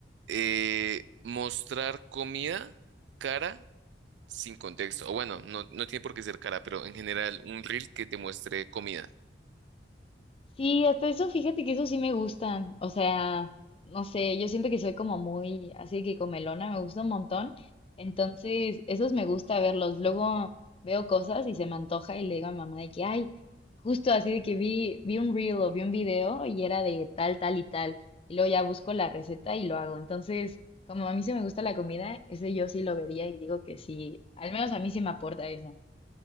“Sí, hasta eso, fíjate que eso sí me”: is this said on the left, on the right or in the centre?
Left